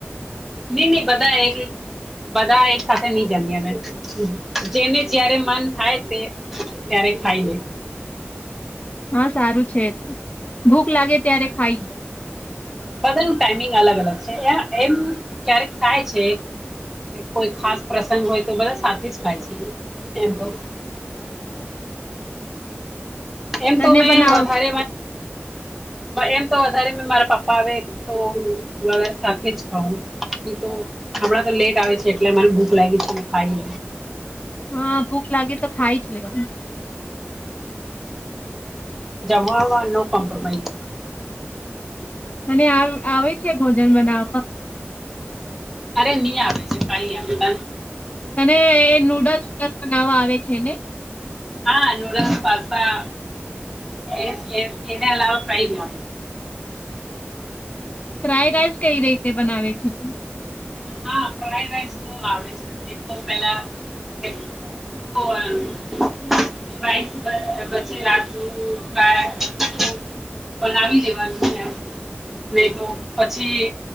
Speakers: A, in the centre; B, on the left.
A: નહી નહી બધા બધા એક સાથે નહી જમીએ અમે જેને જયારે મન થાય તે ત્યારે ખાઈલે
B: હા સારું છે તો ભૂખ લાગે ત્યારે ખાઈ લો
A: બધા ન ટાઈમિંગ અલગ અલગ છે એ એમ ક્યારેક થાય છે કોઈ ખાસ પ્રસંગ હોય તો બધા સાથે જ ખાય છે એમ તો
B: <inaudible>
A: એમ તો
B: તને
A: મેં
B: બનાવ
A: વધારે એમ તો વધારે મારા પપ્પા આવે તો સાથે જ ખઉ એ તો હમણાં તો લેટ આવે છે એટલે મને ભૂખ લાગી છે ખાઈ
B: હા ભૂખ લાગે તો ખાઈ જ લેવા
A: હ જમા નો કોંપ્રોમાઈઝ
B: અને આવે છે ભોજન બનાવા
A: અરે હી આવે છે કઈ આવે ત
B: અનેને એ નૂડલ્સ વુડલ્સ બનાવવા આવે છે ને
A: હા નૂડલ્સ પાસતા એ એ એના અલાવા કાઈ નને
B: ફ્રાય રાઈસ કઈ રીતે બનાવે છે તું
A: હા ફ્રાઈડ રાઈસ તો આવડે જ ને એ તો પેલા કે જો <unintelligible> બનાવી દેવાનું છે એમ નહી તો પછી